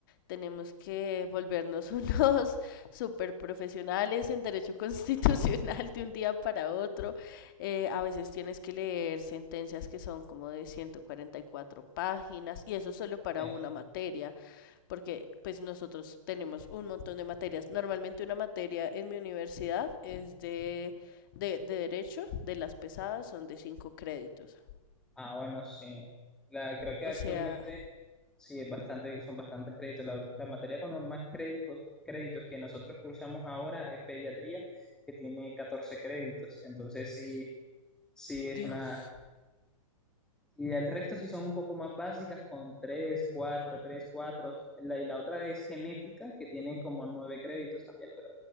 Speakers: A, on the left; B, in the centre.
A: tenemos que volvernos unos <laughs> super profesionales en derecho <laughs> constitucional de un día para otro. Eh, a veces tienes que leer sentencias que son como de 144 páginas y eso solo para
B: eh,
A: una materia porque pues nosotros tenemos un montón de materias. Normalmente una materia en mi universidad es de, de, de derecho, de las pesadas son de cinco créditos.
B: Ah, bueno, sí. La, creo que
A: O
B: actualmente
A: sea,
B: sí es bastante, son bastantes créditos. La, la materia con los más créditos, créditos que nosotros cursamos ahora es pediatría, que tiene 14 créditos. Entonces sí, sí es
A: Dios.
B: una Y el resto sí son un poco más básicas con 3 4 3 cuatro La, y la otra es genética, que tiene como 9 créditos también, pero